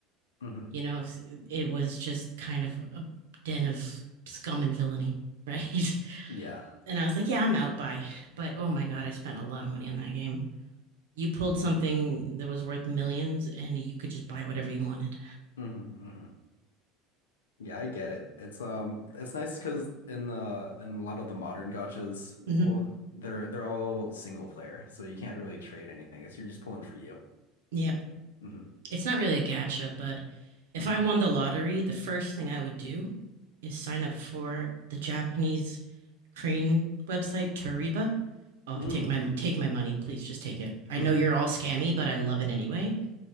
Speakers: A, on the left; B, on the right.
A: hmm
B: You know, it was just kind of a den of scum and villainy, <laughs> right?
A: Yeah.
B: And I was like, yeah,
A: for
B: I'm
A: Sure.
B: out by. But oh my God, I spent a lot of money on that game. You pulled
A: Mm.
B: something that was worth millions and you could just buy whatever you wanted.
A: hmm hmm Yeah, I get it. It's um, it's nice because in the in a lot of the modern gotchas,
B: Mm-hmm.
A: well, they're they're all single player, so you can't really trade anything. It's you're just pulling for you.
B: Yep.
A: hmm
B: It's not really a gacha, but if
A: hmm
B: I won the lottery, the first thing I would do is sign up for the Japanese crane website, Toriba. Oh,
A: Mm.
B: take my take my money, please. Just take it. I
A: hmm
B: know you're all scammy, but I love it anyway.